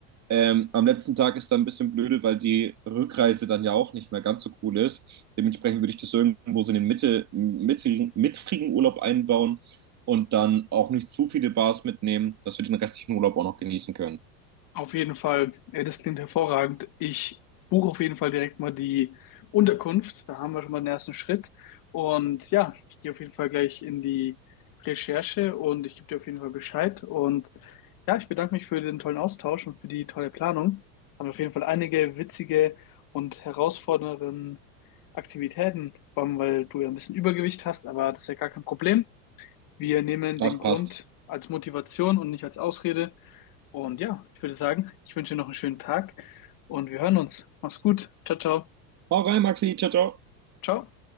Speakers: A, on the right (about 35°); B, on the left (about 45°).
A: Ähm, am letzten Tag ist dann ein bisschen blöde, weil die Rückreise dann ja auch nicht mehr ganz so cool ist. Dementsprechend würde ich das irgendwo so in den Mitte, mittigen, mittigen Urlaub einbauen und dann auch nicht zu viele Bars mitnehmen, dass wir den restlichen Urlaub auch noch genießen können.
B: Auf jeden Fall, ja, das klingt hervorragend. Ich buche auf jeden Fall direkt mal die Unterkunft. Da haben wir schon mal den ersten Schritt. Und ja, ich gehe auf jeden Fall gleich in die Recherche und ich gebe dir auf jeden Fall Bescheid. Und ja, ich bedanke mich für den tollen Austausch und für die tolle Planung. Haben auf jeden Fall einige witzige und herausfordernde Aktivitäten, vor allem weil du ja ein bisschen Übergewicht hast, aber das ist ja gar kein Problem. Wir nehmen
A: Das
B: den Grund
A: passt.
B: als Motivation und nicht als Ausrede. Und ja, ich würde sagen, ich wünsche dir noch einen schönen Tag und wir hören uns. Mach's gut. Ciao, ciao.
A: Hau rein, Maxi. Ciao, ciao.
B: Ciao.